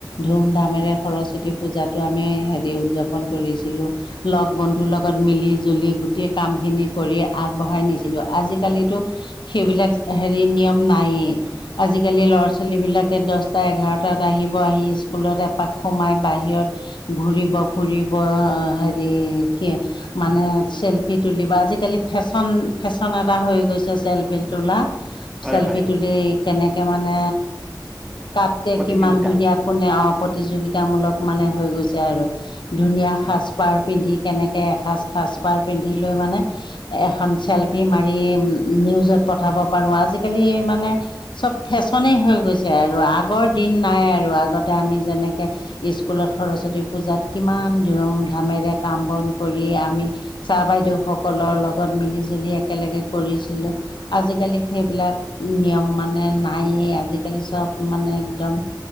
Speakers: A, on the left; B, in the centre.
A: ধুমধামেৰে সৰস্বতী পূজাটো আমি হেৰি উদযাপন কৰিছিলোঁ লগ বন্ধুৰ লগত মিলি জুলি গোটেই কামখিনি কৰি আগবঢ়াই নিছিলো আজিকালিতো সেইবিলাক হেৰি নিয়ম নায়েই আজিকালি ল'ৰা ছোৱালী বিলাকে দছটা এঘাৰটাত আহিব আহি স্কুলত এপাক সোমাই, বাহিৰত ঘূৰিব ফুৰিব হেৰি কি মানে, চেলফি তুলিব, আজিকালি ফেশ্বন, ফেশ্বন এটা হৈ গৈছে চেলফি তোলা।
B: হয়
A: চেলফি
B: হয়
A: তুলি কেনেকে মানে, কাতকে
B: প্ৰতিযোগিতা
A: কিমান ধুনীয়া কোনে অ প্ৰতিযোগিতামূলক মানে হৈ গৈছে আৰু ধুনীয়া
B: হয়
A: সাজ পাৰ পিন্ধি কেনেকৈ এসাঁজ সাজপাৰ পিন্ধি লৈ মানে এখন চেলফি মাৰি নিউজত পঠাব পাৰো আজিকালি মানে চব ফেশ্বনে হৈ গৈছে আৰু আগৰ দিন নাই আৰু আগতে আমি যেনেকে স্কুলত সৰস্বতী পূজাত কিমান ধুমধামেৰে কাম বন কৰি আমি ছাৰ বাইদেউ সকলৰ লগত মিলি জুলি একেলগে কৰিছিলো আজিকালি সেইবিলাক নিয়ম মানে নায়েই আজি কালি চব মানে একদম